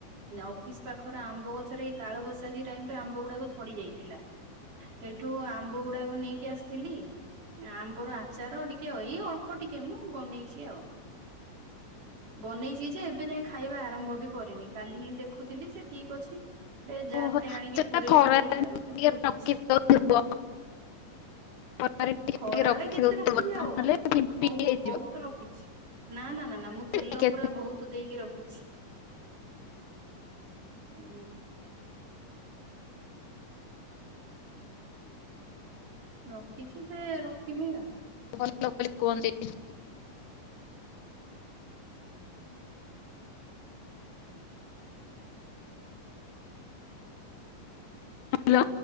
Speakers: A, on the right; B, on the left.
A: ଅଫିସ ପାଖରେ ଆମ୍ବ ଗଛରେ ଏଇ କାଳବୈାଖୀ ଟାଇମ ରେ ଆମ୍ବ ଗୁଡା ଝଡି ଯାଇଛି ଥିଲା ସେଇଠୁ ଆମ ଗୁଡାକ ନେଇକି ଆସିଥିଲି ଆମ୍ବର ଆଚାର ଟିକେ ଏଇ ଅଳ୍ପ ଟିକେ ମୁଁ ବନେଇଛି ଆଉ ବନେଇ ଯିଏ ଯେ ଏବେ ଯାଏ ଖାଇବା ଆରମ୍ଭ ବି କରିନି। କାଲି ହିଁ ଦେଖୁଥିଲି ସେ ଠିକ ଅଛି। ଗୋଟେ ଜାରଟେ
B: ହଁ
A: ଆଣିକି
B: ସେଟା
A: ପୁରଇବି
B: ଖରାରେ
A: ବୋଲି ତାକୁ ସେମିତି
B: ଟିକେ
A: ରଖିଛି।
B: ରଖି ଦଉଥିବ ଖରାରେ ଟିକେ
A: ଖରାରେ
B: ଟିକେ ରଖି
A: କେତେ
B: ଦଉଥିବ
A: ରଖିବି ଆଉ
B: ନହେଲେ ଫିମ୍ପି
A: ବହୁ
B: ହେଇଯିବ
A: ବହୁତ ରଖିଛି ନା ନା ନା ନା ମୁଁ ତେଲ
B: ଟିକେ
A: ପୁରା ବହୁତ ଦେଇକି ରଖିଛି। ହୁଁ। ରଖିଛି ଯେ ରଖିନି ଆ
B: ଲୋକ ଖାଲି କୁଅନ୍ତି। ହ୍ୟାଲୋ